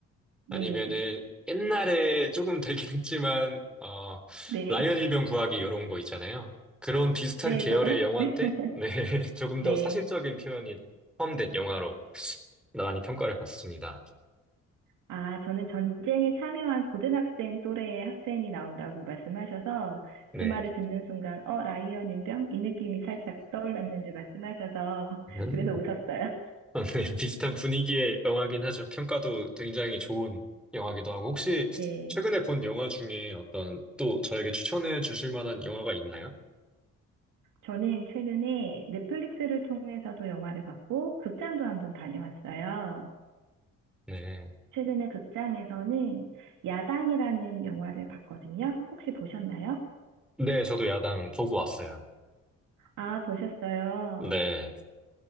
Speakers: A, on the right; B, in the centre.
A: 네,
B: 아니면은 옛날에 조금 되긴 했지만 어
A: 네.
B: 라이언 일병 구하기 이런 거 있잖아요. 그런 비슷한
A: 네,
B: 계열의
A: 저도 학,
B: 영화인데
A: <laughs>
B: 네 <laughs> 조금
A: 네.
B: 더 사실적인 표현이 포함된 영화로 많이 평가를 받습니다.
A: 아, 저는 전쟁에 참여한 고등학생 또래의 학생이 나온다고 말씀하셔서
B: 네.
A: 그 말을 듣는 순간, 어, 라이언 일병? 이 느낌이 살짝 떠올랐는데 말씀하셔서
B: <laughs>
A: <laughs> 그래서 웃었어요.
B: 아, 네, <laughs> 비슷한 분위기의 영화긴 하죠. 평가도 굉장히 좋은 영화기도 하고. 혹시
A: 네.
B: 최근에 본 영화 중에 어떤 또 저에게 추천해 주실 만한 영화가 있나요?
A: 저는 최근에 넷플릭스를 통해서도 영화를 봤고, 극장도 한번 다녀왔어요.
B: 네.
A: 최근에 극장에서는 야당이라는 영화를 봤거든요. 혹시 보셨나요?
B: 네, 저도 야당 보고 왔어요.
A: 아, 보셨어요.
B: 네.